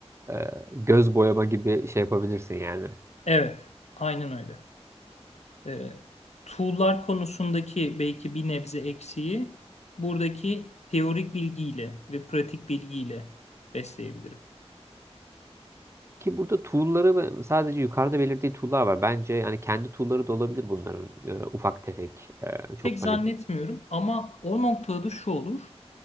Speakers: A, on the right (about 25°); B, on the left (about 80°).
A: e, göz boyama gibi şey yapabilirsin yani.
B: Evet, aynen öyle. E, tool'lar konusundaki belki bir nebze eksiği buradaki teorik bilgiyle ve pratik bilgiyle besleyebilirim.
A: Ki burada tool'ları ben- sadece yukarıda belirttiği tool'lar var. Bence yani kendi tool'ları da olabilir bunların e, ufak tefek. E, çok
B: Pek zannetmiyorum
A: hani
B: ama o noktada şu olur.